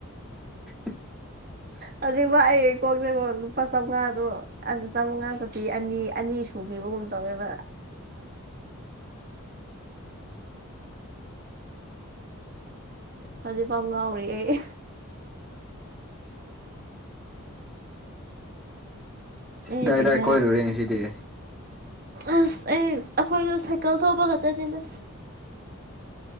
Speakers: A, in the centre; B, on the right.
A: <inaudible>
B: ꯍꯧꯖꯤꯛ ꯑꯩ ꯀꯣꯛꯇꯀꯣ ꯂꯨꯄꯥ ꯆꯥꯝꯃꯉꯥꯗꯣ ꯑꯗꯨ ꯆꯥꯝꯃꯉꯥ ꯆꯠꯄꯤ ꯑꯅꯤ ꯑꯅꯤ ꯁꯨꯈꯤꯕꯒꯨꯝ ꯇꯧꯋꯦꯕ ꯍꯧꯖꯤꯛꯐꯥꯎ ꯉꯥꯎꯔꯤ ꯑꯩ ꯑꯩꯗꯤ
A: ꯗꯥꯏꯗꯥꯏ
B: ꯄꯩꯁꯥ
A: ꯀꯣꯏꯔꯨꯔꯦ ꯉꯁꯤꯗꯤ
B: ꯑꯁ ꯑꯩ ꯑꯩꯈꯣꯏꯗ ꯁꯥꯏꯀꯜ ꯊꯧꯕ ꯈꯛꯇꯅꯤꯗ